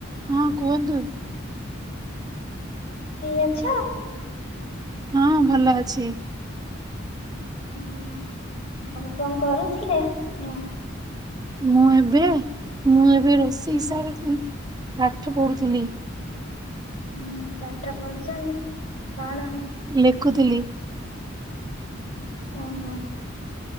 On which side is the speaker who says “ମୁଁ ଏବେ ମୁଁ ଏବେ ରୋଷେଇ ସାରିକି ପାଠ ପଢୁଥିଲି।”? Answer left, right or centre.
Right